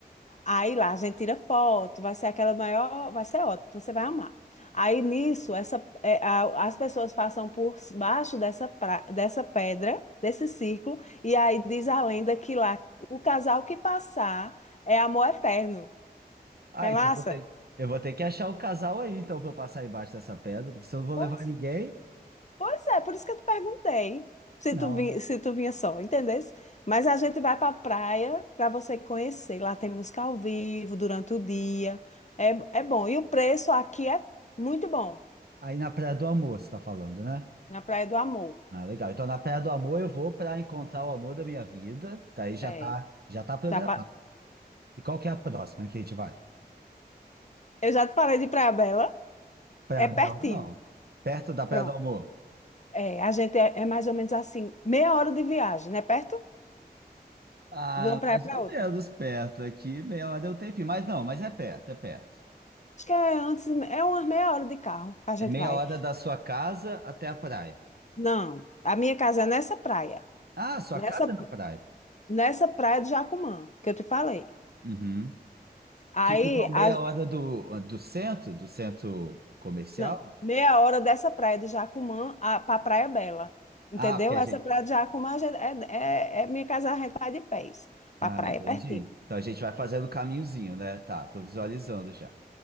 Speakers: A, on the left; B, on the right.
A: Aí lá a gente tira foto, vai ser aquela maior, vai ser ótimo, você vai amar. Aí nisso, essa, é, a- as pessoas passam por baixo dessa, pra- dessa pedra, desse círculo, e aí diz a lenda que lá o casal que passar é amor eterno.
B: Ah,
A: Não é
B: então
A: massa?
B: eu vou ter, eu vou ter que achar o casal aí, então, para eu passar embaixo dessa pedra, porque se eu não vou
A: Pois
B: levar ninguém,
A: Pois é, por isso que eu te perguntei se
B: não.
A: tu, vi- se tu vinha só, entendesse? Mas a gente vai para a praia para você conhecer. Lá tem música ao vivo durante o dia. É, é bom. E o preço aqui é muito bom,
B: Aí na Praia do Amor, você tá falando, né?
A: na Praia do Amor.
B: Ah, legal. Então na Praia do Amor eu vou para encontrar o amor da minha vida. Daí já
A: É.
B: tá, já tá programado.
A: Já pa-
B: E qual que é a próxima que a gente vai?
A: Eu já te falei de Praia Bela,
B: Praia
A: é
B: Bela,
A: pertinho.
B: não. Perto da Praia
A: Pronto.
B: do Amor.
A: É, a gente é, é mais ou menos assim, meia hora de viagem, né? Perto?
B: Ah,
A: De uma praia
B: mais
A: para
B: ou
A: outra.
B: menos perto. Aqui meia hora é o tempinho. Mas não, mas é perto, é perto.
A: Acho que é antes, é umas meia hora de carro que a gente
B: É meia
A: vai.
B: hora da sua casa até a praia.
A: Não, a minha casa é nessa praia.
B: Ah, sua
A: Nessa
B: casa é na praia.
A: nessa praia de Jacumã, que eu te falei.
B: Uhum.
A: Aí,
B: Fica então meia
A: a-
B: hora do, do centro, do centro comercial.
A: não, meia hora dessa praia de Jacumã a, pra Praia Bela, entendeu?
B: Ah, porque a
A: Essa
B: gente.
A: praia de Jacumã a gente- é, é, é minha casa, a gente vai de pés,
B: Ah,
A: pra praia
B: entendi.
A: é pertinho.
B: Então a gente vai fazendo o caminhozinho, né? Tá, tô visualizando já.